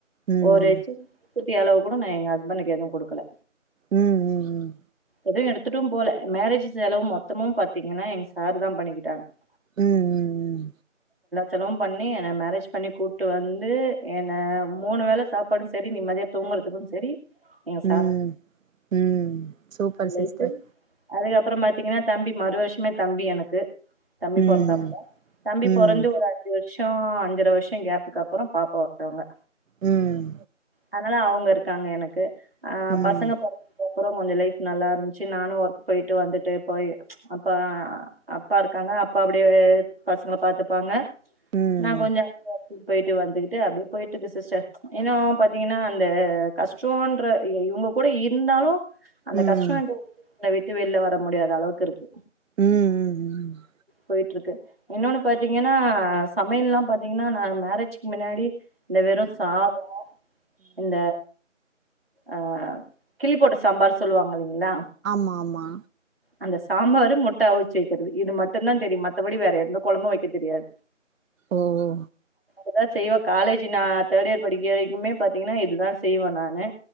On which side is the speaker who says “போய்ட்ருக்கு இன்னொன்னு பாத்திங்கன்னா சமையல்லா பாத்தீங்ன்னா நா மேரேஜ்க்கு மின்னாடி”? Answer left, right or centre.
Right